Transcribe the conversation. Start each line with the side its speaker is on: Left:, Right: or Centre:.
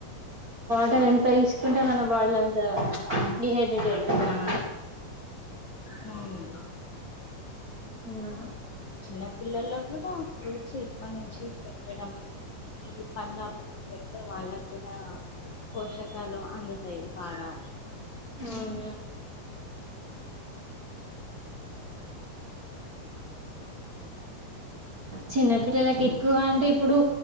Right: కని ఎంత తీసుకుంటే మన బాడీలో అంతా డిహైడ్రేట్ అవుతరు
Left: మ్
Right: ఆ
Left: చిన్న పిల్లలకు కూడా ఫ్రూట్స్ ఇప్పటి నుంచి పెట్టడం ఇది పండ్ల పెడితే వాళ్ళకు కూడా పోషకాలు అందుతాయి బాగా
Right: అవును చిన్నపిిల్లలకు ఎక్కువ అంటే ఇప్పుడు